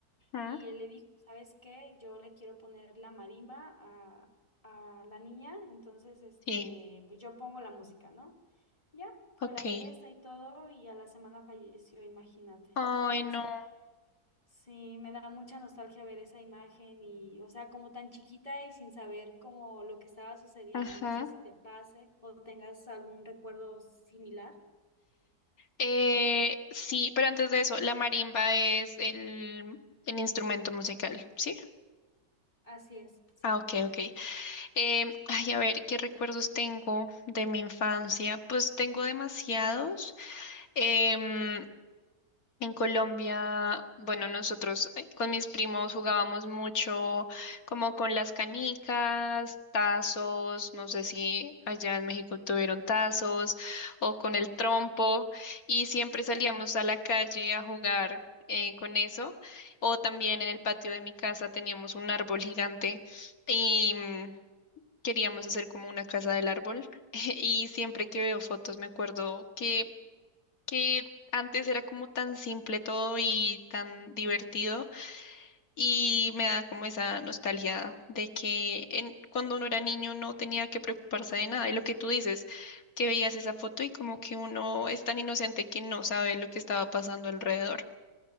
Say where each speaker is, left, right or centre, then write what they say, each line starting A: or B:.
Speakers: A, on the left; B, on the left.
A: Ajá.
B: Y él le dijo, ¿sabes qué? Yo le quiero poner la marimba a, a la niña, entonces, este,
A: sí,
B: pues yo pongo la música, ¿no? Ya, fue
A: ok.
B: la fiesta y todo, y a la semana falleció, imagínate.
A: Ay,
B: Entonces,
A: no.
B: sí, me da mucha nostalgia ver esa imagen y, o sea, como tan chiquita y sin saber como lo que estaba sucediendo.
A: Ajá.
B: No sé si te pase o tengas algún recuerdo similar.
A: Eh, sí, pero antes de eso, la marimba es el, el instrumento musical, ¿sí?
B: Así es, sí,
A: Ah, ok, ok. Em, ay, a ver, ¿qué recuerdos tengo de mi infancia? Pues tengo demasiados. Em, En Colombia, bueno, nosotros eh, con mis primos jugábamos mucho como con las canicas, tazos, no sé si allá en México tuvieron tazos o con el trompo y siempre salíamos
B: sí,
A: a la calle a jugar eh, con eso o también en el patio de mi casa teníamos un árbol gigante y mm, queríamos hacer como una casa del árbol <laughs> y siempre que veo fotos me acuerdo que que antes era como tan simple todo y tan divertido y
B: sí.
A: me da como esa nostalgia de que en, cuando uno era niño no tenía que preocuparse de nada y lo que tú dices, que veías esa foto y como que uno es tan inocente que no sabe lo que estaba pasando alrededor.